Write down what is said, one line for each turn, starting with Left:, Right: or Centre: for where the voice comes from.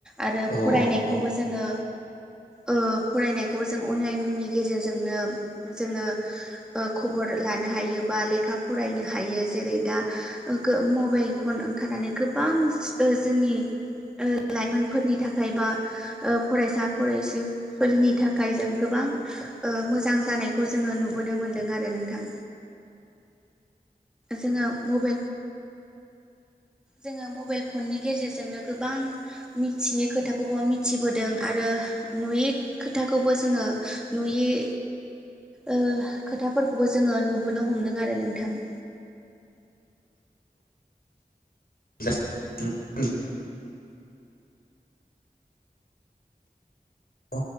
Centre: आरो
Left: औ
Centre: फरायनायखौबो
Left: औ
Centre: जोङो ओ फरायनायखौबो जों अनलाइननि गेजेरजोंनो जोङो ओ खबर लानो हायो बा लेखा फरायनो हायो जेरै दा मबाइल फन ओंखारनानै गोबां ओ जोंनि ओ लाइमोनफोरनि थाखाय बा फरायसा -फरायसफोरनि थाखाय जों गोबां ओ मोजां जानायखौ जोङो नुबोनो मोनदों आरो नोंथां। जोङो मबाइल जोङो मबाइल फननि गेजेरजोंनो गोबां मिथियै खोथाबो मिथिबोदों आरो नुयै खोथाखौबो जोङो नुयै ओ खोथाफोरखौबो जोङो नुबोनो हमदों आरो नोंथां। <inaudible>
Left: जासिगोन दां नोंथां। औ